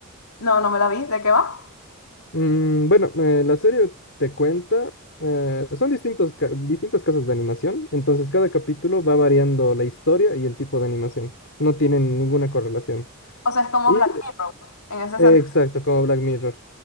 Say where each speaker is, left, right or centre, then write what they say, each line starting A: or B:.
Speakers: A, on the left; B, on the left.
A: no, no me la vi. ¿De qué va?
B: Mm, bueno, eh, la serie te cuenta, eh, son distintos, ca- distintas casas de animación, entonces cada capítulo va variando la historia y el tipo de animación. No tienen ninguna correlación.
A: O sea, es como
B: Y,
A: Black Mirror en ese
B: eh,
A: sentido.
B: exacto, como Black Mirror.